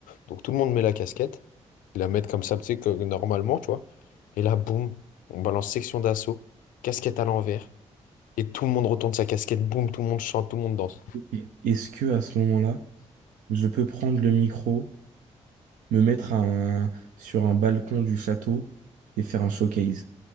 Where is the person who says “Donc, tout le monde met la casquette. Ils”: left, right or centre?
Left